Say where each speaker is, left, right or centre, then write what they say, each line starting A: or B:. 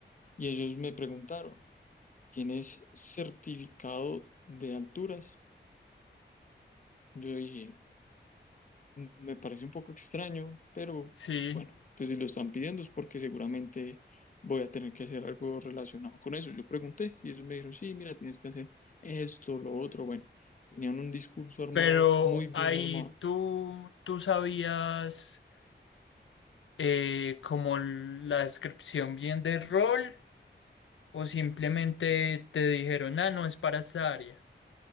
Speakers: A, on the left; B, on the left.
A: y ellos me preguntaron, ¿tienes certificado de alturas? Yo dije, Me parece un poco extraño, pero
B: Sí,
A: bueno, pues si lo están pidiendo es porque seguramente voy a tener que hacer algo relacionado con eso. Yo pregunté y ellos me dijeron, sí, mira, tienes que hacer esto, lo otro. Bueno, tenían un discurso armado,
B: pero
A: muy bien
B: ahí
A: armado.
B: tú, tú sabías eh, como la descripción bien del rol o simplemente te dijeron, ah, no, es para esta área.